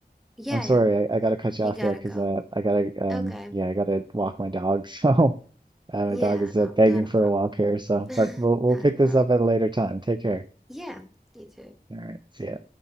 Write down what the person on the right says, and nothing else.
I'm sorry,
I, I gotta cut
you off
there because
uh, I gotta, um,
yeah, I gotta walk my dog. <laughs> So uh, my
dog is
uh, begging
for
a walk here. So,
but we'll we'll pick
this up at a later time. Take care.
All right, see ya.